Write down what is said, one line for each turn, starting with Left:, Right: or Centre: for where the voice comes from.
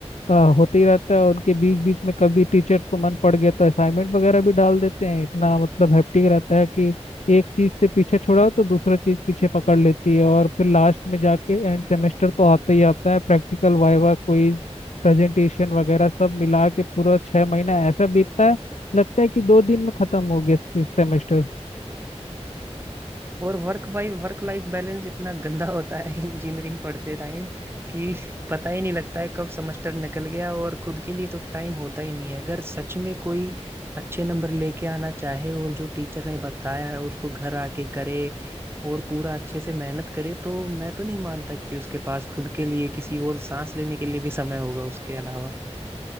Left: अ, होते ही रहता है उनके बीच बीच में कभी टीचर्स को मन पड़ गया तो असाइनमेंट वगैरह भी डाल देते हैं इतना मतलब हैप्टिक रहता है कि एक चीज से पीछे छुड़ाओ तो दूसरा चीज पीछे पकड़ लेती है और फिर लास्ट में जाके एंड सेमेस्टर तो आता ही आता है प्रैक्टिकल वाइवा कोई प्रेजेंटेशन वगैरह सब मिला के पूरा छः महीना ऐसा बीतता है लगता है कि दो दिन में खत्म हो गया सेमेस्टर
Right: और वर्क भाई वर्क लाइफ बैलेंस इतना गंदा होता है <laughs> इंजीनियरिंग पढ़ते टाइम कि पता ही नहीं लगता है कब सेमेस्टर निकल गया और खुद के लिए तो टाइम होता ही नहीं है अगर सच में कोई अच्छे नंबर लेके आना चाहे और जो टीचर ने बताया है उसको घर आके करे और पूरा अच्छे से मेहनत करे तो मैं तो नहीं मानता कि उसके पास खुद के लिए किसी और सांस लेने के लिए भी समय होगा उसके अलावा